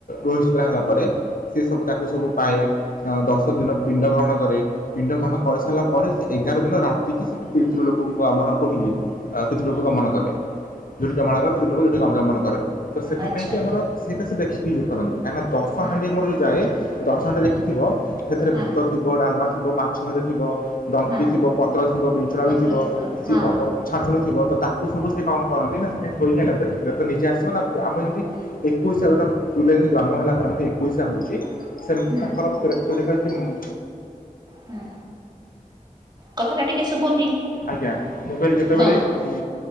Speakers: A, on the left; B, on the right.
A: ରୋହିଶୀତଳା ହେଲା ପରେ ସେ ସବୁ ତାକୁ ସବୁ ପାଏ। ଆଉ ଦଶ ଦିନ ପିଣ୍ଡ ଗ୍ରହଣ କରେ ପିଣ୍ଡ ଗ୍ରହଣ କରିସାରିଲା। ପରେ ସେ ଏଗାର ଦିନ ରାତି କିି ସେ ପିତୃ ଲୋକ କୁ ଆମର କୋଉଠି ପିତୃ ଲୋକକୁ ଗମନ କରେ। ଯଉଠି ଜମାଳୟ ପିତୃ ଲୋକ ଯୋଉଠିଁ ଯମନ କରେ ତ ସେଥିପାଇଁ
B: ଆଚ୍ଛା
A: କି ଆମର। ସେଇଟା ସେ ଦେଖିକି ଇଏ କରନ୍ତି କାହିଁକିନା ଦଶହାଣ୍ଡି
B: ହୁଁ
A: ଆମର ଯେଉଁ ଯାଏ ଦଶହାଣ୍ଡି ଦେଖିଥିବ। ସେଥି ରେ
B: ହଁ
A: ଭାତ ଥିବ ଡାଲମା ଥିବ ମାଛ ଭଜା ଥିବ। ଡଙ୍କି
B: ହଁ
A: ଥିବ, ପତ୍ର ଥିବ, ବିଛଣା
B: ପତ୍ର
A: ବି ଥିବ ସି
B: ହଁ
A: ଅ। ଛାଛୁଣି ଥିବ ତ ତାକୁ ସବୁ ସେ କଣ କରନ୍ତି ନା ସେ ସୋଇ ସାରିଲା ପରେ ପ୍ରେତ ନିଜେ ଆସିବ ତା ଆମ ଯେମିତି। ଏକୋଇଶା କଥା ସ୍କୁଲ ରେ ଜନ୍ମ ହେଲା ପରେ ଆମର ତ ଏକୋଇଶା ହଉଛ। ସେମିତି
B: ହୁଁ
A: ତାଙ୍କର ପ୍ରେତ ଯେତେ ବେଳେ ତି ମୁଁ।
B: ହୁଁ କଥାଟା ଟିକେ ଶୁଭୁନି
A: ଆଜ୍ଞା ମୁଁ କହିଲି ଯେତେବେଳେ।
B: ହଁ
A: ଉଁ